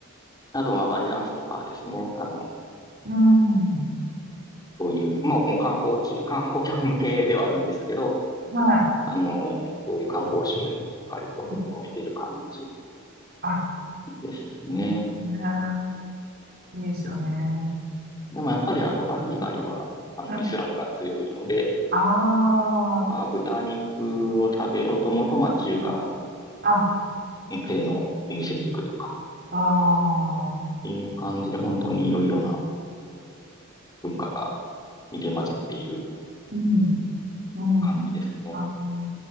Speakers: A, on the left; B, on the right.
A: あと、まあ、バリダンスとかですね。あの、
B: うん。
A: そういう、もう、もう観光地、観光客向けではあるんですけど、
B: はい。
A: あの、そういう観光資源もしっかりと整えている感じ
B: うんあ、
A: ですね。
B: そうですね。いいですよね。
A: でもやっぱりあの、バリ以外は、
B: うん
A: あの、
B: はい。
A: イスラムが強いので、
B: あ
A: ああ、豚肉を食べようと思うと、まあ、中華
B: あ、あ、
A: 系のお店に行くとか、
B: ああ。
A: っていう感じで、本当にいろいろな文化が入り混じっている
B: うん。うん。
A: 感じですね。
B: あの、